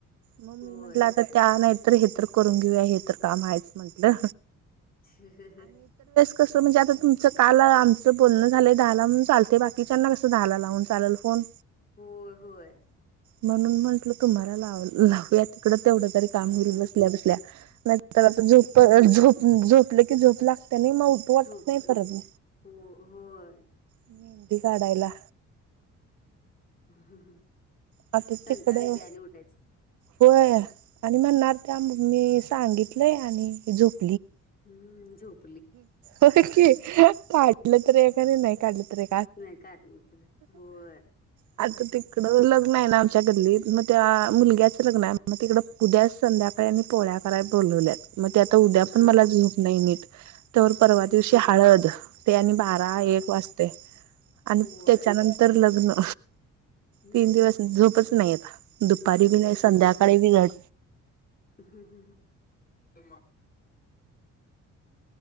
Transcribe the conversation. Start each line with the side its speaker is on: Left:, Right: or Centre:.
Right: मग मी
Left: होय
Right: म्हंटलं आता त्या नाहीतर हे तर करून घेऊया हे तर काम हायचं म्हंटलं.
Left: रिकामा ऑडिओ
Right: कसं म्हणजे आता तुमचं काल आमचं बोलणं झालंय दहाला म्हणून चालते बाकीच्याना कसं दहाला लावून चालेल फोन?
Left: हो -होय.
Right: म्हणून म्हंटलं तुम्हाला लावू -लावूयात. तुला तेवढ तरी काम
Left: हा
Right: होइल बसल्या- बसल्या नाहीतर झोप-झोप झोपलं की झोप लागतन नाही मग उठ वाटत
Left: झोपच
Right: नाही परत म
Left: हो होय
Right: मेंदी काढायला.
Left: ह
Right: आता
Left: कंटाळेत
Right: तिकडं
Left: आणि उठायच.
Right: होय आणि म्हणणार त्या
Left: हम्म
Right: मी सांगितलंय आणि झुक
Left: हम्म झोप.
Right: काढलं तर आहे का नाही नाही काढलं तरी
Left: नाही काढली तुला होय
Right: आता
Left: हा
Right: तिकड. लग आच्या गल्लीत मग त्या मुलग्याच लग्न आहे मग तिकडे उद्या संध्याकाळी आणि पोळ्या कराय बोल मग आ उद्या
Left: हा
Right: पण मला झोप नाय नीट. तर परवा
Left: होय
Right: दिवशी हळद ते आणि बारा
Left: हा
Right: एक वाजतय. आणि
Left: होय
Right: त्याच्यानंतर लग्न.
Left: हम्म
Right: तीन दिवस
Left: हम्म
Right: झोपच नाही आता दुपारी बी
Left: हम्म
Right: नाही संध्याकाळी बी धड
Left: हम्म हम् हं. <inaudible>